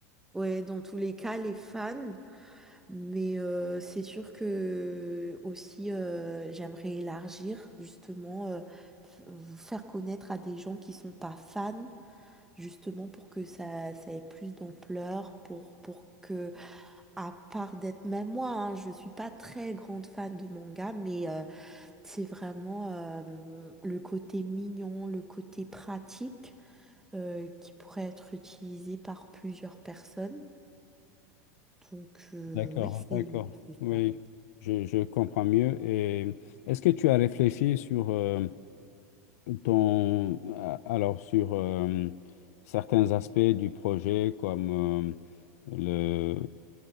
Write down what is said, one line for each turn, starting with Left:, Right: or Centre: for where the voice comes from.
Centre: ouais, dans tous les cas, les fans. Mais euh, c'est sûr que aussi euh, j'aimerais élargir justement euh, f- vous faire connaître à des gens qui sont pas fans justement pour que ça ça ait plus d'ampleur pour pour que à part d'être même moi hein, je suis pas très grande fan de manga mais euh, c'est vraiment euh, le côté mignon le côté pratique euh, qui pourrait être utilisé par plusieurs personnes donc euh,
Left: D'accord,
Centre: oui c'est
Left: d'accord.
Centre: c'est
Left: Oui,
Centre: ça
Left: je, je comprends mieux. Et est-ce que tu as réfléchi sur euh, ton, a- alors, sur euh, certains aspects du projet comme euh,